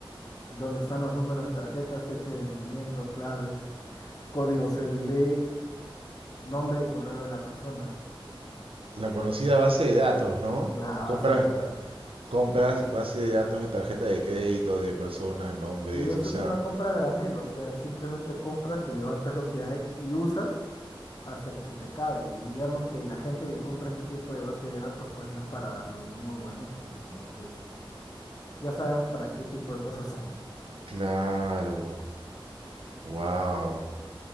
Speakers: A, on the left; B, on the right.
A: donde están los números de tarjeta, fecha de vencimiento, claves, código C B V nombre y correo de la persona.
B: La conocida base de datos, ¿no?
A: la
B: Compras,
A: base de datos.
B: compras base de datos de tarjeta de crédito, de personas, nombres,
A: Y eso
B: o sea,
A: es una compra a granel, o sea, simplemente compras y levantas lo que hay y usas hasta que se te acabe. Y digamos que la gente que compra ese tipo de base de datos, pues no es para darle un muy buen uso, ¿no? Sino que es, ya sabemos para qué tipo de cosas son.
B: Claro, wow.